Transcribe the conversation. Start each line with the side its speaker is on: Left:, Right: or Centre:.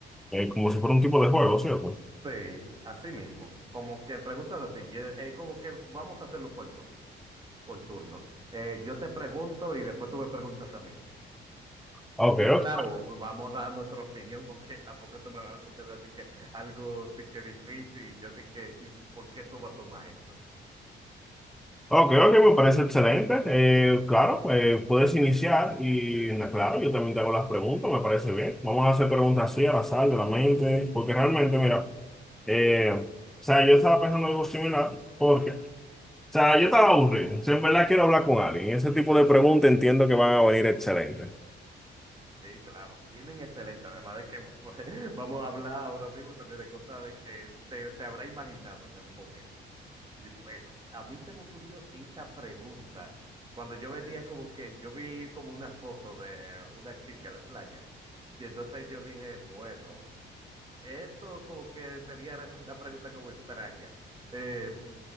Centre: eh, como si fuera un tipo de juego, ¿cierto?
Right: Sí, así mismo. Como que preguntas así, y, eh, como que vamos a hacerlo por turno, por turno. Eh, yo te pregunto y después tú me preguntas a mí.
Centre: Ok,
Right: Y
Centre: ok,
Right: claro, vamos a dar nuestra opinión porque tampoco tú me vas a contestar a ti que algo ti que difícil y yo ti que, ¿y por qué tú vas a tomar eso?
Centre: ok, ok, me parece excelente. Eh, claro, eh, puedes iniciar y, na- claro, yo también te hago las preguntas, me parece bien. Vamos a hacer preguntas así, al azar, de la mente, porque realmente, mira, eh, o sea, yo estaba pensando algo similar, porque, o sea, yo estaba aburrido. Si en verdad quiero hablar con alguien, ese tipo de preguntas entiendo que van a venir excelentes.
Right: Sí, claro, vienen excelentes, además de que pues, <laughs> vamos a hablar ahora mismo también de cosas de que te, te habrá imaginado en algún momento. Y bueno, a mí se me ocurrió esta pregunta cuando yo venía como que, yo vi como una foto de una chica en la playa y entonces yo dije, bueno, esto como que sería <laughs> una pregunta como extraña. Eh,